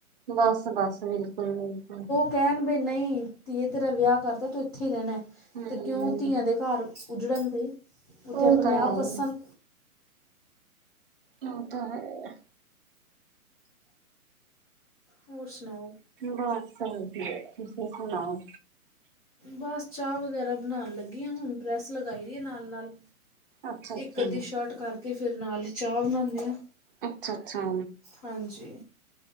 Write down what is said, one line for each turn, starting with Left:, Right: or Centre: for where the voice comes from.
Right: ਬਸ, ਬਸ, ਬਿਲਕੁਲ, ਬਿਲਕੁਲ
Left: ਕੈਣ ਬਈ ਨਹੀਂ ਧੀਏ ਤੇਰਾ ਵਿਆਹ ਕਰਦਾ, ਤੂੰ ਇੱਥੇ ਹੀ ਰੈਣਾ
Right: ਹਮ
Left: ਅਤੇ ਕਿਉਂ ਧੀਆਂ ਦੇ ਘਰ ਉੱਜੜਨ ਬਈ ਉਹਤੇ
Right: ਉਹ
Left: ਆਪਣੇ
Right: ਤਾਂ
Left: ਆਪ
Right: ਹੈ ਹੀ
Left: ਵੱਸਣ
Right: ਹਾਂ, ਤਾਂ ਹੈ।
Left: ਹੋਰ ਸੁਣਾਓ‌।
Right: ਬਸ ਵਧਿਆ, ਤੁਸੀਂ ਸੁਣਾਓ
Left: ਬਸ ਚਾਹ ਵਗੈਰਾ ਬਣਾਣ ਲੱਗੀ, ਹਾਂ ਹੁਣ ਪ੍ਰੈੱਸ ਲਗਾਈ ਦੀ ਹੈ, ਨਾਲ ਨਾਲ
Right: ਅੱਛਾ ਅੱਛਾ
Left: ਇੱਕ ਅੱਧੀ ਸ਼ਰਟ ਕਰਕੇ ਫਿਰ ਨਾਲ ਈ ਚਾਹ ਬਣਾਂਦੇ ਹਾਂ।
Right: ਅੱਛਾ ਅੱਛਾ
Left: ਹਾਂਜੀ